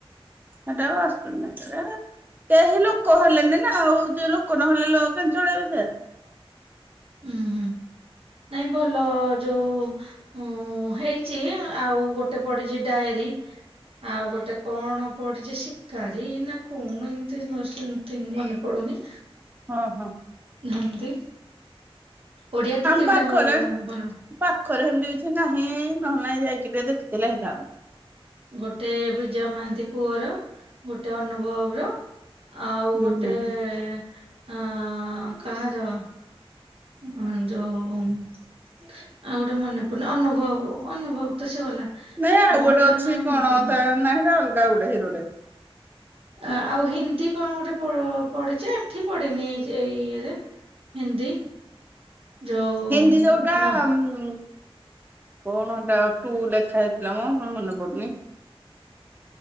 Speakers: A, on the right; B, on the right.
A: ସେଟା ଆସୁନି କେହି ଲୋକ ହେଲେଣିି ନା ଆଉ ଯୋଉ ଲୋକ ନହେଲେ କେମିତି ଚଳେଇବେ ସେ।
B: ହୁଁ ହୁଁ ନାଇଁ ଭଲ ଯୋଉ ଉଁ ହେଇଛି ଆଉ ଗୋଟେ ପଡିଛି ଡାଏରୀ, ଆଉ ଗୋଟେ କଣ ପଡିଛି ଶିକାରୀ ନା କଣ ଏମତି ସେମ ମନେ ପଡୁନି।
A: ହଁ ହଁ।
B: ଧମତି। ଓଡିଆ ତ
A: ଆମ
B: ତିନିଟା
A: ପାଖରେ
B: ବ ବଡ।
A: ପାଖରେ ସେମିତି କିଛି ନାହିଁ ନହେଲେ ନାହିଁ ଯାଇକି ତ ଟିକେ ଦେଖିଥିଲେ ହେଇଥାନ୍ତା।
B: ଗୋଟେ ବିଜୟ ମହାନ୍ତି ପୁଅର, ଗୋଟେ ଅନୁଭବର। ଆଉ ଗୋଟେ
A: ହୁଁ ହୁଁ
B: ଏ। ହଁ କାହାର? ହଁ ଯୋଉ ଆଉଗୋଟେ ମନେ ପଡିଲା ଅନୁଭବ ଅନୁଭବ ତ ସେ ଗଲା।
A: ନାଇଁ ଆଉ
B: କଣ
A: ଗୋଟେ
B: ତା
A: ଅଛି
B: ନାଁ ମନେ
A: କଣ
B: ପଡୁନି
A: ତା ନାହିଁ ଅଲଗା ଗୋଟେ। ହିରୋଟେ।
B: ଆଉ ହିନ୍ଦୀ କଣ ଗୋଟେ ପ ପଢଚି, ଏଠି ପଢନି ଏଇ ଏଇ ଇଏରେ ହିନ୍ଦୀ। ଯୋଉ
A: ହିନ୍ଦୀ ଯେଉଟା
B: ନା
A: ଉମ୍ ଉମ୍ କଣ ସେଟା ଟୁ ଲେଖା ହେଇଥିଲା ମ ମନେ ପଡୁନି।